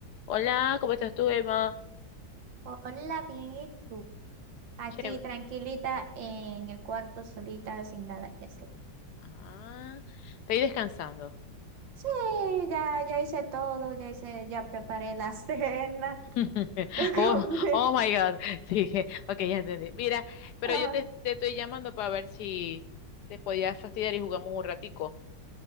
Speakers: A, on the left; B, on the right.
A: Hola, ¿cómo estás tú, Emma?
B: Hola, bien, ¿y tú? Aquí
A: Chévere.
B: tranquilita en el cuarto, solita, sin nada que hacer.
A: Ah, estoy descansando.
B: Sí, ya, ya hice todo, ya hice, ya preparé la <laughs> cena,
A: <laughs>
B: la comí.
A: Oh, oh my God. <laughs> Sí, je- ok, ya entendí. Mira, pero
B: Ah,
A: yo te, te estoy llamando para ver si te podías fastidiar y jugamos un ratico.